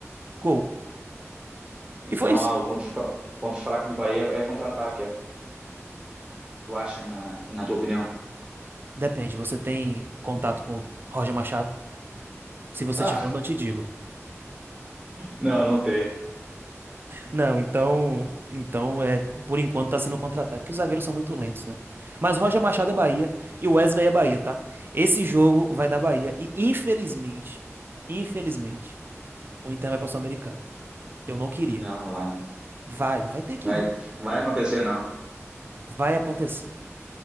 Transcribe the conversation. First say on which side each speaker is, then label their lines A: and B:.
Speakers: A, on the right; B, on the right.
A: gol.
B: Então,
A: E foi isso.
B: ah, o ponto, fra- o ponto fraco do Bahia é, é contra-ataque, é. Tu acha, na, na tua opinião?
A: Depende, você tem contato com o Roger Machado? Se você
B: Ah,
A: tiver, eu não te digo.
B: não, não tem.
A: Não, então, então é, por enquanto tá sendo um contra-ataque, porque os zagueiros são muito lentos, né? Mas Roger Machado é Bahia e o Wesley é Bahia, tá? Esse jogo vai dar Bahia e infelizmente, infelizmente, o Inter vai pra Sul-Americana. Eu não queria.
B: Não, não vai, não.
A: Vai, vai ter que
B: Vai,
A: ir,
B: vai acontecer, não.
A: vai acontecer.